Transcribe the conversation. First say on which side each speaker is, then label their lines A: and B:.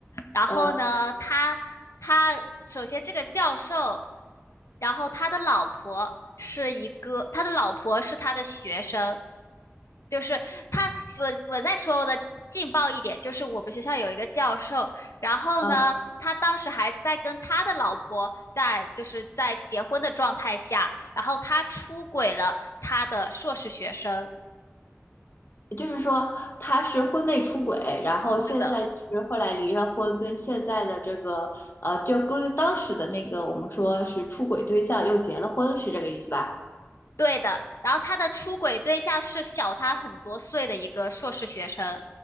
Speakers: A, on the left; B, on the left.
A: 然后呢，
B: 呃，
A: 他他首先这个教授，然后他的老婆是一个，他的老婆是他的学生，就是他，我我再说我的劲爆一点，就是我们学校有一个教授，然后呢，
B: 嗯，
A: 他当时还在跟他的老婆在就是在结婚的状态下，然后他出轨了他的硕士学生，
B: 就是说他是婚内出轨，然后现在就是后来离了婚，
A: 是的，
B: 跟现在的这个呃，就跟当时的那个我们说是出轨对象又结了婚，是这个意思吧？
A: 对的，然后他的出轨对象是小他很多岁的一个硕士学生，